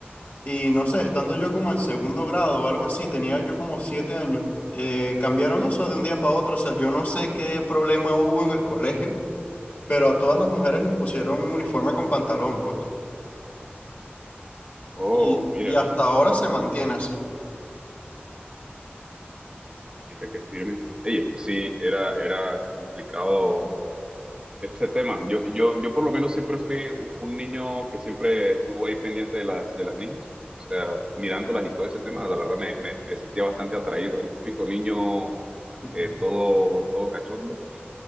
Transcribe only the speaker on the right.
Oh,
mira,
mira,
qué
bueno.
Mira qué firme. Ey, es que sí, era, era complicado Ese tema, yo, yo, yo por lo menos siempre fui u- un niño que siempre estuvo ahí pendiente de las, de las niñas, o sea, mirándolas y todo ese tema, la verdad me, me, me sentía bastante atraído, el típico niño
eh, todo, todo cachondo.